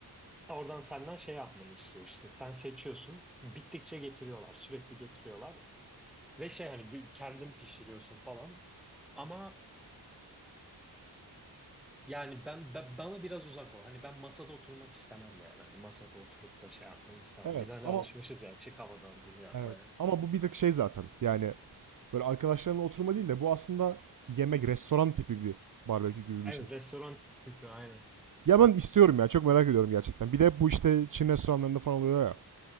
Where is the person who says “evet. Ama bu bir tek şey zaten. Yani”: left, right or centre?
Right